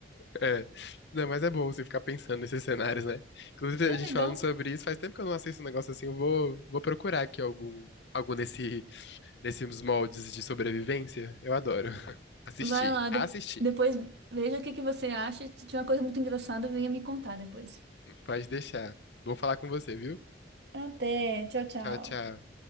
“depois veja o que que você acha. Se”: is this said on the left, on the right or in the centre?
Right